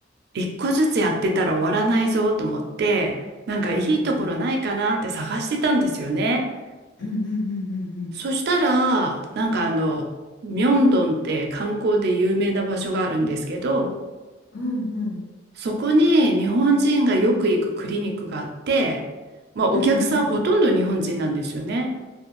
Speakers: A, on the right (about 55°); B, on the left (about 60°).
A: 一個ずつやってたら終わらないぞと思って、なんかいいところないかなって探してたんですよね。
B: うん、うん、うん、うん、うん、うん、
A: そしたら、なんかあの、ミョンドンって観光で有名な場所があるんですけど、
B: うん、うん、うん、
A: そこに日本人がよく行くクリニックがあって、
B: うん、
A: まあ、お客さんほとんど日本人なんですよね。
B: うん、うん。